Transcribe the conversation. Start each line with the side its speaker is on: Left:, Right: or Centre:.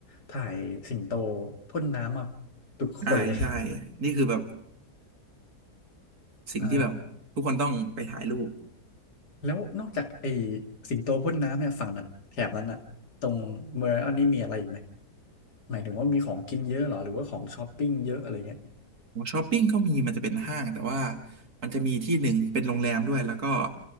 Left: ถ่ายสิงโตพ่นน้ำมาทุกคนเลย
Right: ใช่ใช่นี่คือแบบ
Left: <laughs>
Right: สิ่งที่แบบทุกคนต้องไปถ่ายรูป
Left: อ่า แล้วนอกจากไอ้สิงโตพ่นน้ำเนี่ยฝั่งนั้นแถบนั้นอะตรงเมืองอันนี้มีอะไรอีกไหมหมายถึงว่ามีของกินเยอะเหรอหรือว่าของช้อปปิ้งเยอะอะไรเงี้ย
Right: ของช้อปปิ้งก็มีมันจะเป็นห้างแต่ว่ามันจะมีที่หนึ่งเป็นโรงแรมด้วยแล้วก็